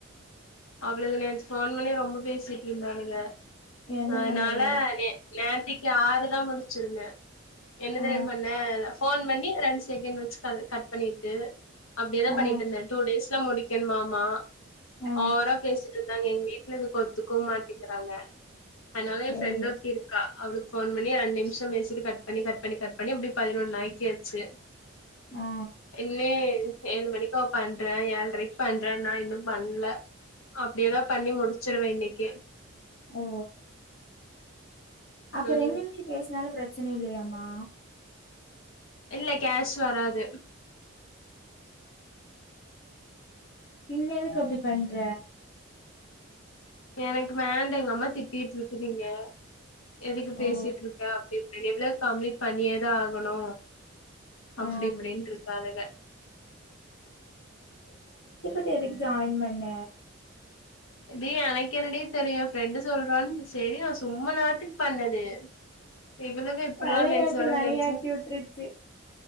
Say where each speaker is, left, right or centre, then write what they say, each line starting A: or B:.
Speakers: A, on the left; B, on the left.
A: அவளுகே நேத்து ஃபோன் பண்ணி ரொம்ப பேசிட் இன்னாளுக
B: என்ன
A: அதனால
B: சொன்னாளுக
A: நே நேத் விக்கி ஆருதா முடிச்சிருங்க என்ன
B: ஆ
A: தெரிமா பண்ணே ஃபோன் பண்ணி ரெண்டு செகண்ட் வெச்சு கால் கட் பண்ணிட்டு அப்டியேதா
B: ஆ
A: பண்ணிட்டு இருந்தே டூடேஸ் முடிக்கன் மாமமா
B: ஆ
A: ஓவரா பேசிட்டு இருந்தாங்க எங்க வீட்ல இதுக்கு ஒத்துக்கவும் மாட்டேங்கிறாங்க அதனாலா
B: சேரி
A: என் பிரண்டு ஒருத்தி இருக்கா அவளுக்கு ஃபோன் பண்ணி ரண்டுமிஷம் பேசிட்டு கட் பண்ணி கட் பண்ணி கட் பண்ணி அப்டி பதினொன்னாக்கியாச்சு
B: ஆ
A: <unintelligible> ஏழு மணிக்க அவ பண்றேன் ஏழரைக்கு பண்றேன் நான் இன்னும் பண்ல அப்டியேதா பண்ணி முடிச்சிருவே இன்னைக் ஓகே
B: ஓ அப்ப
A: ம்
B: ரெண்டு நிம்ஷ பேசுனாலு பிரச் ரச்சன இல்லையாமா
A: இல்ல கேஷ் வராது
B: பின்ன எதுக்கு அப்டி பண்ற
A: எனக்கு வேண்டா எனக் திட்டிட்டு இருக்குதுங்க எதுக்கு பேசிட்ருக்க
B: ஓ
A: அப்டி இப்டின் எவ்ளோ கம்ப்ளீட் பண்ணியே தா ஆகணு அப்டி
B: ஆ
A: இப்டின்ருக்காளுக
B: டு எதுக்கு ஜாயின் பண்ண
A: அடி எனக்கு என்னடி தெரியு ஃப்ரெண்டு சொல்றான்னு செரி நா சும்மா நேரத்துக் பண்ணது இவளுக இப்பிட்லா
B: வெளையாட்டு
A: பேசுவாளுகன்னு
B: வெனையாக்கி
A: தெரிஞ்சா
B: விட்ருச்சு